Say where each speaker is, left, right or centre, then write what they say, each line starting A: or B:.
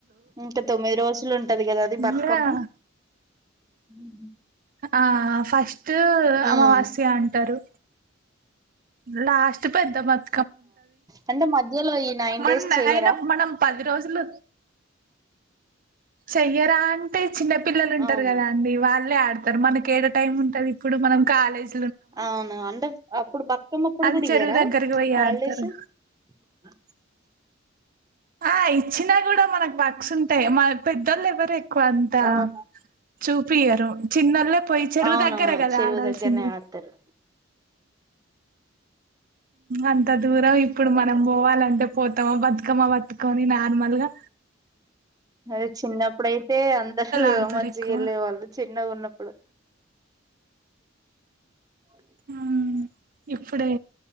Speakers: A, on the right (about 20°); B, on the right (about 45°).
A: ఇంకా తొమ్మిది రోజులు ఉంటది కదా అది
B: ఇంగా
A: బతుకమ్మ హ
B: ఆ ఫస్టు
A: ఉమ్
B: అమావాస్య అంటారు. లాస్ట్ పెద్ద మొత్త
A: అంటే మధ్యలో ఈ నైన్
B: మన
A: డేస్ చెయరా
B: అయినా మనం పది రోజులూ చెయ్యరా అంటే చిన్న పిల్లలు ఉంటారు
A: అవును
B: కదా అండి వాళ్ళు ఇప్పుడే ఆడతారు మనకి ఏది టైం ఉంటంది ఇప్పుడు మనం కాలేజ్
A: అవును అంటే అప్పుడు బతుకమ్ అప్పుడు
B: అది
A: కూడా
B: చెరువు
A: ఇయ్యరా
B: దగ్గరకి పోయి
A: హాలిడేస్
B: ఆడతారు
A: ఆ
B: ఆ ఇచ్చినా కూడా మనకు వర్క్స్ ఉంటాయ్ పెద్దళ్లు ఎవరు ఎక్కువ అంతా
A: అవును
B: చూపియారు చిన్నళ పోయి చెరువు
A: అవునవును
B: దగ్గర కదా
A: చెరువు
B: ఆడాల్సింది.
A: దగ్గరనే ఆడతారు
B: అంత దూరం ఇప్పుడు మనం పోవాలంటే పోతామా బతుకమ్మ బతుక్ నార్మల్గా
A: అది చిన్నప్పుడయితే అందరు
B: ఆడతారు
A: మంచిగా
B: ఎక్కువ
A: వెళ్ళే వాళ్ళు చిన్నగున్నప్పుడు అ
B: ఉమ్మ్ ఇప్పుడే